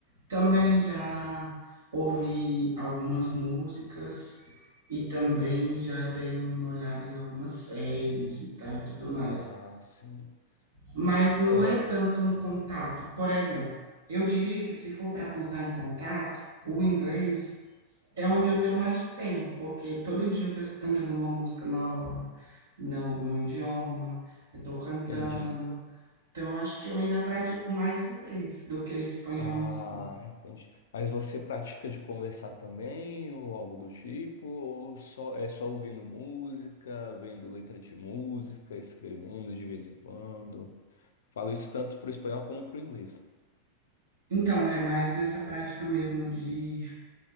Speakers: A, on the right; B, on the left.
A: Também
B: Sim.
A: já ouvi algumas músicas e também já dei uma olhada em algumas séries e tal e tudo mais.
B: Ah, sim.
A: mas não
B: Ó,
A: é tanto um contato. Por exemplo, eu diria que se for para contar em contato, o inglês é onde eu tenho mais tempo, porque todo dia eu estou estudando ali uma música nova, no, no idioma, eu estou cantando.
B: entendi.
A: Então, eu acho que eu ainda pratico mais inglês do que espanhol
B: Ah,
A: em si.
B: entendi. Mas você pratica de conversar também, ou algo do tipo, ou só é só ouvindo música, vendo letra de música, escrevendo de vez em quando? Falo isso tanto para o espanhol como para o inglês.
A: Então, é mais nessa prática mesmo de,